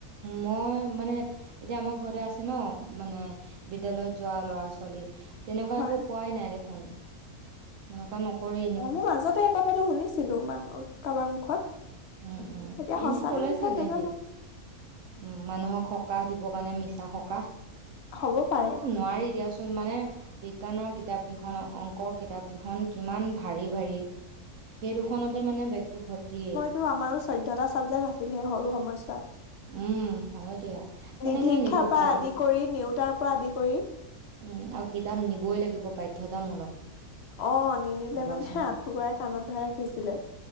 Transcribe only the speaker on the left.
হয়
অ মোৰ মাজতে এই কথাটো শুনিছিলো মান কাবাৰ মুখত
এতিয়া
সঁচা
নে মিছা
নাজানো
হ'ব পাৰে
টো আমাৰো চৈধ্যটা চাবজেক্ট আছিল সেই সৰু সময়ত
নিধী শিক্ষা
পৰা
আদি কৰি নেওতাৰ পৰা আদি কৰি
অ নিনিলে
মানে হে আঁঠু কঢ়াই কাণত ধৰাই ৰাখিছিলে